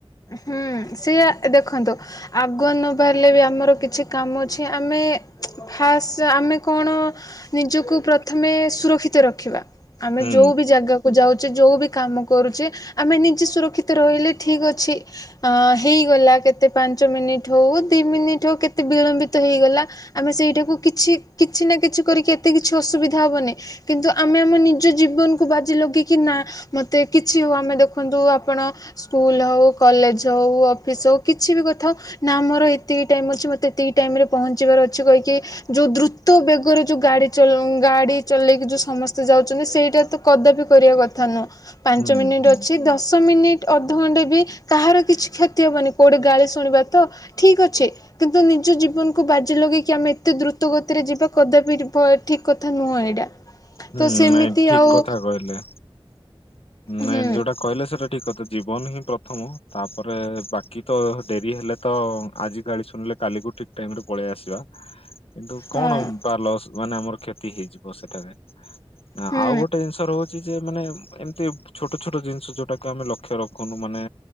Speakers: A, on the left (about 40°); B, on the left (about 80°).
A: ହୁଁ ସିଏ ଦେଖନ୍ତୁ ଆଗୁଆ ନ ବାହାରିଲେ ବି ଆମର କିଛି କାମ ଅଛି ଆମେ ଖାସ୍ ଆମ କଣ ନିଜକୁ ପ୍ରଥମେ ସୁରକ୍ଷିତ ରଖିବା। ଆମେ
B: ହୁଁ
A: ଯୋଉ ବି ଜାଗାକୁ ଯାଉଛେ ଯୋଉ ବି କାମ କରୁଛେ ଆମେ ନିଜେ ସୁରକ୍ଷିତ ରହିଲେ ଠିକ କିଛି ହେଇଗଲା କେତେ ପାଞ୍ଚ ମିନିଟ ହଉ ଦି ମିନିଟ ହଉ କେତେ ବିଳମ୍ବିତ ହେଇଗଲା। ଆମେ ସେଇଟାକୁ କିଛି କିଛି ନା କିଛି କରିକି ଏତେ କିଛି ଅସୁବିଧା ହବନି କିନ୍ତୁ ଆମେ ଆମ ନିଜର ନିଜ ଜୀବନକୁ ବାଜି ଲଗେଇକି ନା ମତେ କିଛି ହଉ ଆମେ ଦେଖନ୍ତୁ ଆପଣ ସ୍କୁଲ ହଉ। କଲେଜ ହଉ ଅଫିସ ହଉ କିଛି ବି କଥା ହଉ ନା ମୋର ଏତିକି ଟାଇମ ଅଛି। ମତେ ଏତିକି ଟାଇମ ରେ ପହଞ୍ଚିବାକୁ କିଛି କହିକି ଯୋଉ ଦ୍ରୁତ ବେଗରେ ଯୋଉ ଗାଡି ଗାଡି ଚଲେଇକି ଯୋଉ ସମସ୍ତେ ଯାଉଛନ୍ତି। ସେଇଟା ତ କଦାପି କରିବା କଥା ନୁହଁ ପାଞ୍ଚ
B: ହୁଁ
A: ମିନିଟ
B: ହୁଁ
A: ଅଛି ଦଶ ମିନିଟ ଅଧଘଣ୍ଟା ବି କାହାର କିଛି କ୍ଷତି ହବନି କୋଉଠି ଗାଳି ଶୁଣିବା ତ ଠିକ୍ ଅଛି କିନ୍ତୁ ନିଜ ଜୀବନକୁ ବାଜିଲଗେଇ ଆମେ ଏତେ ଦ୍ରୁତ ଗତିରେ ଯିବା କଦାପି ଠିକ କଥା ନୁହଁ ଏଇଟା।
B: ହୁଁ
A: ତ ସେମିତି
B: ନାଇଁ ଠିକ
A: ଆଉ
B: କଥା କହିଲେ
A: ହୁଁ
B: ନାଇଁ ଯୋଉଟା କହିଲେ ସେଟା ଠିକ କଥା ଜୀବନ ହିଁ ପ୍ରଥମ ତାପରେ ବାକି ତ ଡେରି ହେଲେ ତ ଆଜି ଗଲି ଶୁଣିଲେ କାଲି ଠିକ ଟାଇମ ରେ ପଳେଇ ଆସିବା। କିନ୍ତୁ
A: ହଁ।
B: କଣ ବା ଲସ ମାନେ ଆମର କ୍ଷତି ହେଇଯିବ ସେଠାରେ। ନା
A: ହୁଁ
B: ଆଉ ଗୋଟେ ଜିନିଷ ରହୁଛି ଯେ ମାନେ ଏମିତି ଛୋଟ ଛୋଟ ଜିନିଷ ଯୋଉଟା କୁ ଆମେ ଲକ୍ଷ୍ୟ ରଖ ରଖନୁ ମାନେ